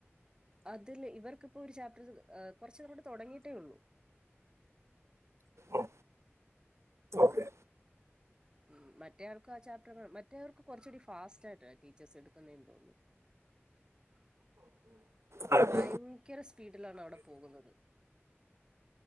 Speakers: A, on the right (about 20°); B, on the right (about 80°).
A: അതില് ഇവർക്ക്‌പ്പോ ഒരു ചാപ്റ്റർ കൊറച്ചങ്ങ് തൊടങ്ങിട്ടേള്ളൂ <unintelligible>
B: ഒ ഓക്കെ
A: ഉം മറ്റേ ആൾക്കു ആ ചാപ്റ്റർ മറ്റേർക്ക് കൊറച്ചൂടി ഫാസ്റ്റായിട്ടാണ് ടീച്ചേഴ്സ് എടുക്കുന്നെ തോന്നുന്നു <unintelligible>
B: ആ, ഇപ്പോ
A: ഭയങ്കര സ്പീഡിലാണ് അവടെ പോകുന്നത്